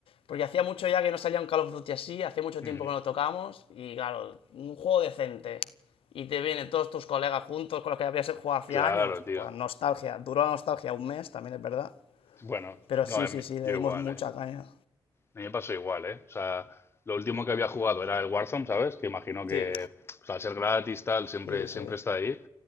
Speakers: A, on the left (about 80°); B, on the left (about 25°).
A: Porque hacía mucho ya que no salía un Call of Duty así, hacía mucho
B: Mm,
A: tiempo que no lo tocamos, y claro, un juego decente. Y te vienen todos tus colegas juntos con los que habías jugado hace
B: claro,
A: años.
B: tío.
A: Pues nostalgia, duró la nostalgia un mes, también es verdad.
B: Bueno,
A: Pero
B: no,
A: sí,
B: en
A: sí,
B: mi-
A: sí, le
B: yo igual,
A: dimos mucha
B: ¿eh?
A: caña.
B: A mí me pasó igual, ¿eh? O sea, lo último que había jugado era el Warzone, ¿sabes? Que imagino que
A: Sí.
B: pues, al ser gratis, tal, siempre,
A: Sí, sí.
B: siempre está ahí.